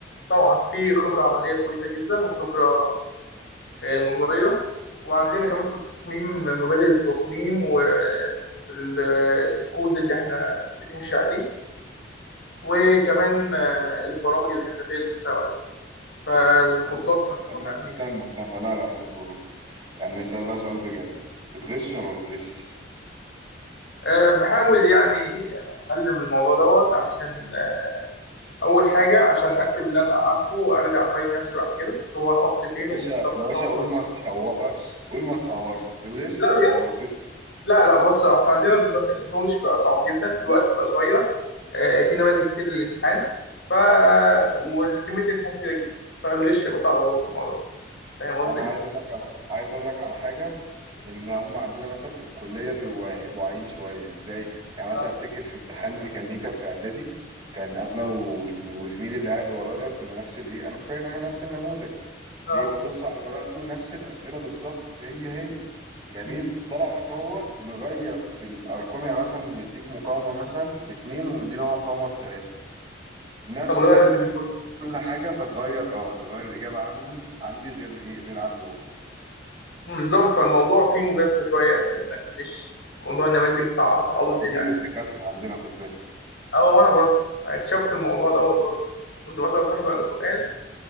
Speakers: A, on the left; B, on the right.
A: طبعا في خبرة عملية كويسة جدا وخبرة آه، نظرية وعندنا كمان في التصميم مبادئ التصميم والكود اللي احنا بنمشي عليه وكمان آه، البرامج الهندسية اللي بنمشي عليها فالكورسات
B: طب ما
A: في الكورس
B: طب ما
A: عندنا
B: استنى
A: كده
B: استنى لا لا اصبر اصبر يعني نسال بقى سؤال بجد بتغش ولا ما بتغشش
A: آه، بحاول يعني أتعلم الموضوع دوت عشان آه، أول حاجة عشان أكتب اللي أنا عارفه وأرجع أقيم نفسي بعد كده شو أنا وقفت فين
B: يا باشا
A: ومستوى
B: يا
A: الأمر
B: باشا قول ما تحورش قول ما تحورش بتغش
A: لا
B: ولا ما بتغش
A: لا لا بص اصل عندنا النظ- النظام مش بيبقى صعب جدا الوقت بيبقى صغير آه، في نماذج كتير للامتحان ف وكميه الامتحان كبيره جدا فالغش يبقى صعب قوي في الموضوع ده فاهم قصدي؟
B: انا عايز اقول لك على عايز اقول لك على حاجه ان هم عندنا مثلا في الكليه بيبقوا واع- واعيين شويه ازاي يعني
A: اه
B: مثلا افتكر في امتحان ميكانيكا في اعدادي كان انا وال- وزميلي اللي قاعد ورايا كنا نفس الايه انا كنت فاكر ان احنا نفس النموذج
A: اه
B: ليه ببص على ورقته نفس الاسئله بالظبط هي هي جميل
A: مم.
B: طلع بقى ان هو مغير في الارقام يعني مثلا مديك مقاومه مثلا باتنين ومديني هو مقاومه بتلاته نفس
A: هتغير
B: ترتيب
A: بدأت أقول.
B: كل حاجه فتغير اه تغير الاجابه عني عندي غير ايه غير عنده هو
A: بالظبط فالموضوع فيه مجازفه شويه انك مش موضوع النماذج صع- صعبوا
B: واعيين
A: الدنيا عليه
B: الدكاترة عندنا خد بالك
A: اه وانا برضه اكتشفت الموضوع دوت برضه كنت بسال صاحبي على سؤال